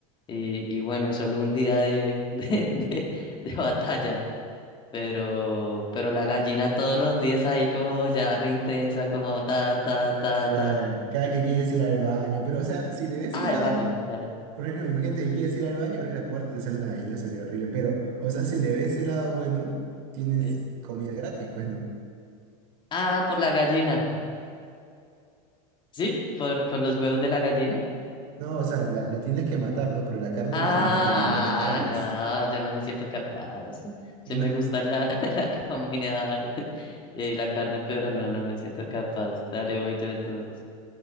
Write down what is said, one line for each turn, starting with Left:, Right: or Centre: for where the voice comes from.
Left: Y, y bueno, es solo un día de, <laughs> de, de de batalla. Pero, pero la gallina todos los días ahí como ya re intensa, como ta, ta, ta,
Right: Cada,
Left: ta.
Right: cada que quieres ir al baño, pero o sea, si le ves
Left: Ah,
Right: el lado,
Left: el baño, dale.
Right: Por ejemplo, imagínate que quieres ir al baño, abres la puerta y te sale una gallina, sería horrible. Pero, o sea, si le ves el lado bueno, tienes
Left: ¿Sí?
Right: comida gratis, pues no.
Left: Ah, por la gallina. ¿Sí? ¿Por, por los huevos de la gallina?
Right: No, o sea, la, la tienes que matar, ¿no? Pero la carne
Left: Ah,
Right: de la gallina también te la comes.
Left: no, yo no me siento capaz.
Right: No.
Left: Sí me gusta la, <laughs> la comida y la carne, pero no, no me siento capaz. Dale, voy yo entonces.